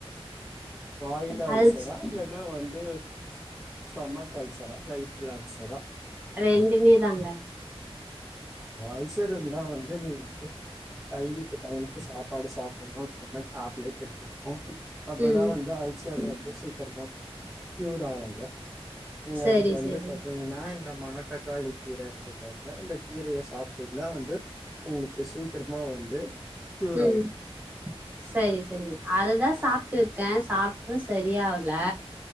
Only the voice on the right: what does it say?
அல்ஸ்
ரெண்டுமே தாங்க
ம்
சரி
சரி
உம்
சரி சரி அதுதான் சாப் ப்ட்டுருக்கேன் சாப்ட்டும் சரியாவல